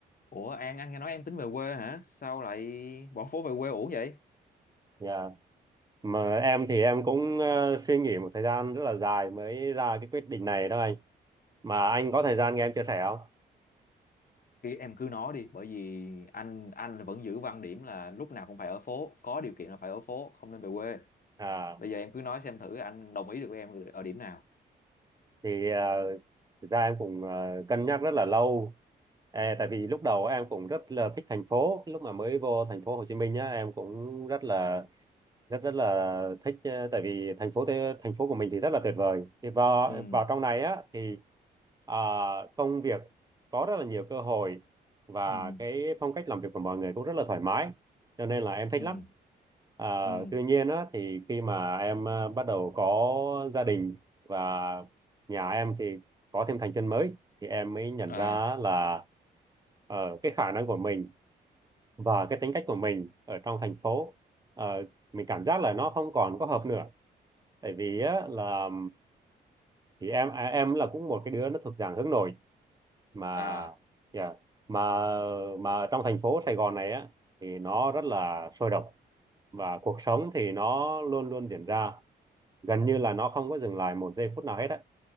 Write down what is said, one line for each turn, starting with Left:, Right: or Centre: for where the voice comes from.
Left: Ủa An, anh nghe nói em tính về quê hả? Sao lại bỏ phố về quê uổng vậy?
Right: Dạ, Mà em thì em cũng ờ, suy nghĩ một thời gian rất là dài mới ra cái quyết định này đó anh. Mà anh có thời gian nghe em chia sẻ không?
Left: Thì em cứ nói đi, bởi vì anh anh vẫn giữ quan điểm là lúc nào cũng phải ở phố, có điều kiện là phải ở phố, không nên về quê.
Right: À,
Left: Bây giờ em cứ nói xem thử anh đồng ý được với em ở điểm nào.
Right: thì ờ, thực ra em cũng ờ, cân nhắc rất là lâu. À, tại vì lúc đầu em cũng rất là thích thành phố. Lúc mà mới vô thành phố Hồ Chí Minh nhá, em cũng rất là rất rất là thích ờ, tại vì thành phố thế- thành phố của mình thì rất là tuyệt vời thì vào
Left: Ừ,
Right: vào trong này á thì à, công việc có rất là nhiều cơ hội và
Left: ừ,
Right: cái phong cách làm việc của mọi người cũng rất là thoải mái cho nên là em thích
Left: ừ,
Right: lắm à,
Left: ừ.
Right: tuy nhiên á thì khi mà em ờ, bắt đầu có gia đình và nhà em thì có thêm thành viên mới thì em mới nhận
Left: À,
Right: ra là ờ, cái khả năng của mình và cái tính cách của mình ở trong thành phố ờ, mình cảm giác là nó không còn có hợp nữa tại vì á, là thì em à, em là cũng một cái đứa nó thuộc dạng hướng nội mà
Left: à,
Right: yeah, mà mà trong thành phố Sài Gòn này á thì nó rất là sôi động và cuộc sống thì nó luôn luôn diễn ra gần như là nó không có dừng lại một giây phút nào hết á